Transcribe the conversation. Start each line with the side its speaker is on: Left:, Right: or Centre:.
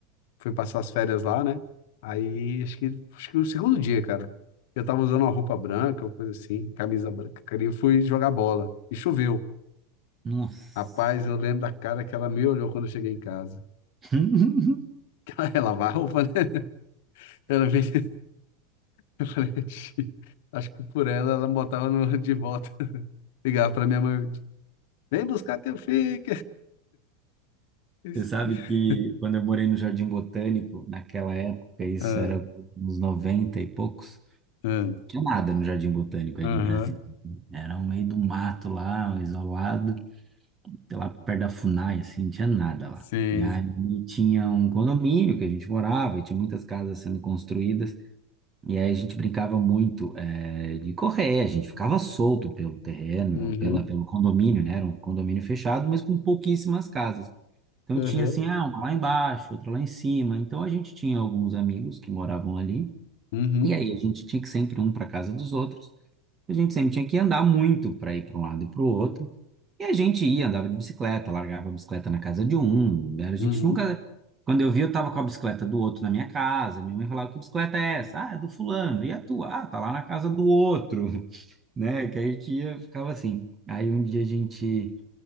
Left: foi passar as férias lá, né? Aí, acho que, acho que o segundo dia, cara, eu tava usando uma roupa branca, ou coisa assim, camisa branca, cara, e eu fui jogar bola, e choveu.
Right: Nossa.
Left: Rapaz, eu lembro da cara que ela me olhou quando eu cheguei em casa.
Right: <laughs>
Left: <laughs> Ela vai a roupa, né? Ela me refletir. Acho que por ela, ela me botava no, de volta. <laughs> Ligava pra minha mãe. Vem buscar teu filho. <laughs>
Right: Você sabe que quando eu morei no Jardim Botânico, naquela época, isso
Left: Ah,
Right: era uns 90 e poucos,
Left: ah,
Right: tinha nada no Jardim Botânico aí
Left: Aham.
Right: de Brasília. né? Era um meio do mato lá, isolado, sei lá perto da Funai, assim, não tinha nada lá.
Left: Sim.
Right: E aí tinha um condomínio que a gente morava e tinha muitas casas sendo construídas. E aí a gente brincava muito eh, de correr, a gente ficava solto pelo terreno,
Left: Uhum.
Right: pela, pelo condomínio, né? Era um condomínio fechado, mas com pouquíssimas casas. Então
Left: Aham.
Right: tinha assim, ah, uma lá embaixo, outra lá em cima. Então a gente tinha alguns amigos que moravam ali
Left: Uhum.
Right: e aí a gente tinha que sempre um para casa dos outros. A gente sempre tinha que andar muito para ir para um lado e para o outro. E a gente ia, andava de bicicleta, largava a bicicleta na casa de um. Era- A gente
Left: Uhum.
Right: nunca. Quando eu vi, eu tava com a bicicleta do outro na minha casa. Minha mãe falava: Que bicicleta é essa? Ah, é do fulano. E a tua? Ah, tá lá na casa do outro. <laughs> Né? Que a gente ia, ficava assim. Aí um dia a gente